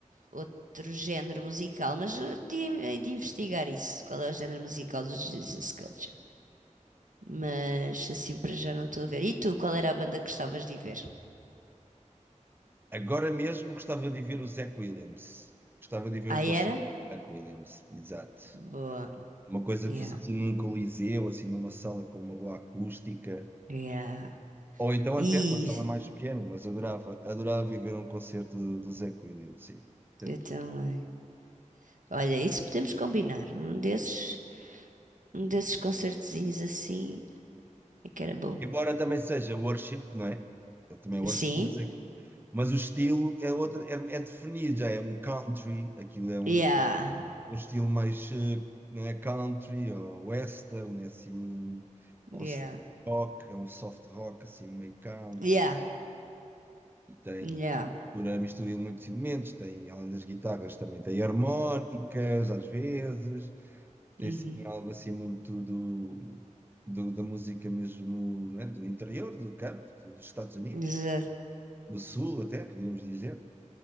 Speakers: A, on the right; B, on the right.
A: outro género musical, mas eh, de, hei de investigar isso, qual é o género musical dos Jesus Culture. mas assim para já não estou a ver. E tu, qual era a banda que gostavas de ir ver?
B: Agora mesmo gostava de ver o Zach Williams. Gostava de ver
A: Ah,
B: um concerto
A: era?
B: do Zach Williams, exato.
A: Boa.
B: Uma coisa
A: Yeah.
B: que fosse assim num coliseu, assim numa sala com uma boa acústica,
A: Yeah.
B: ou então
A: Isso,
B: até uma sala mais pequena, mas adorava, adorava ir ver um concerto do, do Zé Williams, sim, sem
A: eu
B: dúvida.
A: também. Olha, isso podemos combinar. Um desses, um desses concertezinhos assim é que era bom.
B: Embora também seja worship, não é? Eu também é worship,
A: Sim?
B: mas, é- mas o estilo é, outro, é, é definido, já é um country, aquilo é um,
A: Yeah.
B: um estilo mais, eh, não é country, ou western, é assim, ou
A: Yeah.
B: soft rock, é um soft rock, assim, meio country.
A: Yeah.
B: e tem
A: Yeah.
B: mistura, mistura de muitos elementos, tem, além das guitarras, também tem harmónicas, às vezes, tem
A: Uhum.
B: assim, algo assim muito do, do- da música mesmo, né, do interior, do campo, do- dos Estados Unidos,
A: Exato.
B: do Sul até, podíamos dizer,